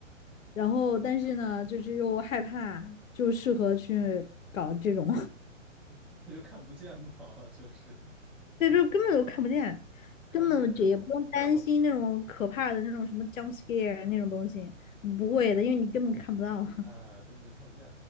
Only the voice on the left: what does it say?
然后但是呢，就是又害怕，就适合去搞这种，
<laughs> 对，就根本就看不见，
根本这也不用担心那种可怕的那种什么
jump scare 那种东西，不会的，因为你根本看不到。<laughs>